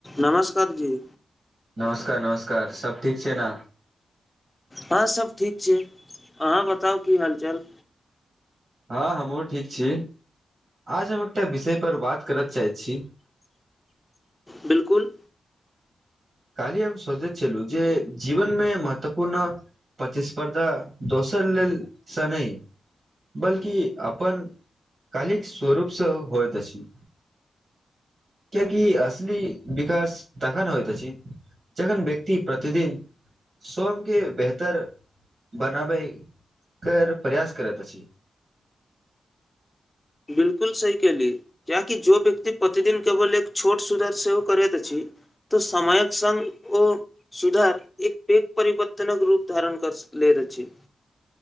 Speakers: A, on the left; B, on the right.
A: नमस्कार जी
B: नमस्कार नमस्कार सब ठीक छै ने
A: हँ सब ठीक छै अहाँ बताउ की हाल चाल
B: हँ हमहूँ ठीक छी आज हम एकटा विषय पर बात करय चाहैत छी <inaudible>
A: बिलकुल
B: कल्हि हम सोचैत छलूँ जे जीवनमे महत्वपूर्ण प्रतिस्पर्धा दोसर लेल सँ नहि बल्कि अपन कालिक स्वरूपसँ होयतस अछि किएकि असली विकास तखन होैयत अछि जखन व्यक्ति प्रतिदिन स्वयं के बेहतर बनाबइ कर प्रयास करत अछि
A: बिलकुल सही कहली किएकि जो व्यक्ति प्रतिदिन केवल एक छोट सुधार सेहो करैत अछि तऽ समयक संग ओ सुधार एक पेक परिवर्तनक रूप धारण कर सकलै रछी